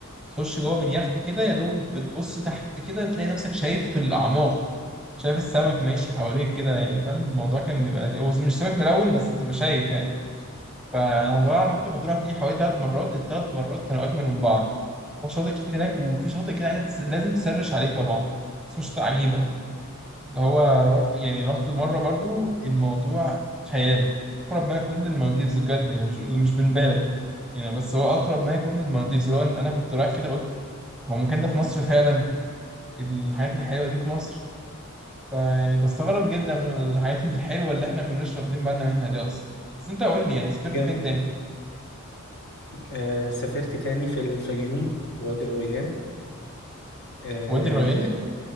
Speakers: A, in the centre; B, on the left.
A: تخش جوه باليخت كده يا دوب بتبص تحت كده تلاقي نفسك شايف في الاعماق شايف السمك ماشي حواليك كده يعني فاهم الموضوع كان بيبقى لذيذ. هو مش سمك ملون بس تبقى شايف يعني فانا بقى رحت مطروح دي حوالي ثلاث مرات الثلاث مرات كانوا اجمل من بعض شاطئ كتير هناك وفي شاطئ كده عايز- لازم تسرش عليه طبعا اسمه شاطئ عجيبه اللي هو رحت يعني رحت مرة برضو الموضوع خيال أقرب ما يكون للمالديفز بجد يعني مش مش بنبالغ يعني بس هو أقرب ما يكون للمالديفز اللي هو أنا كنت رايح كده قلت هو المكان ده في مصر فعلا الحاجات الحلوة دي في مصر فيعني بستغرب جدا من الحاجات الحلوة اللي إحنا كناش واخدين بالنا منها دي أصلا بس أنت قول لي يعني سافرت
B: جامد
A: فين تاني؟
B: آه سافرت تاني في الفيوم وادي الريان آه,
A: وادي الريان